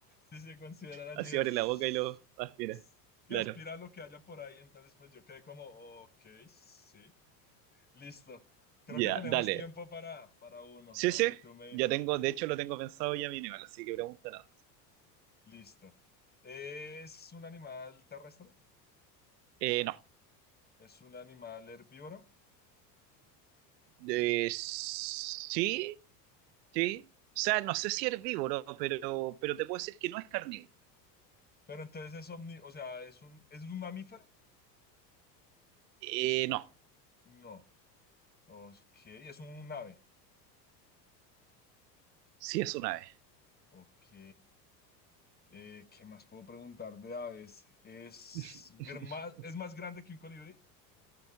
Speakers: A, on the left (about 20°); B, on the right (about 75°).
A: si se considerará, allí
B: Así
A: dije,
B: abre
A: "Ss-
B: la boca y lo aspira.
A: ss",
B: Claro,
A: si aspira a lo que haya por ahí, entonces pues yo quedé como, ok, sí, listo, creo
B: ya,
A: que tenemos
B: dale.
A: tiempo para, para uno,
B: Sí,
A: para
B: sí,
A: que tú me,
B: ya tengo, de hecho lo tengo pensado ya mi así que pregunta nada más.
A: listo. ¿Es un animal terrestre?
B: Eh, no.
A: ¿Es un animal herbívoro?
B: Eh, sí, sí. O sea, no sé si herbívoro, pero, pero te puedo decir que no es carnívoro.
A: Pero entonces es omni, o sea, ¿es un, es un mamífero?
B: Eh, no.
A: No. Ok, es un ave.
B: Sí, es una ave.
A: Ok. Eh, ¿qué más puedo preguntar de aves? ¿Es,
B: <laughs>
A: gr- más- es más grande que un colibrí?